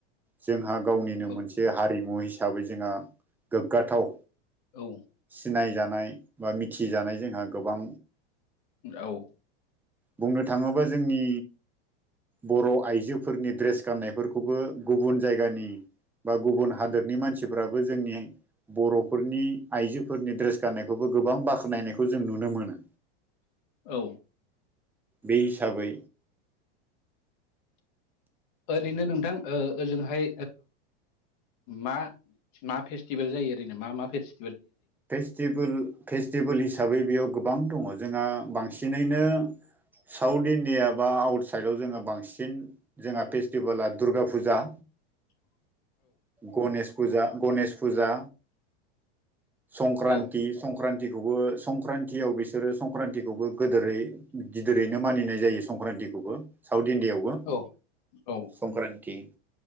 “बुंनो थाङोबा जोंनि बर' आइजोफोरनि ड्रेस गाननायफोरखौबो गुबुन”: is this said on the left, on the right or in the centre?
Centre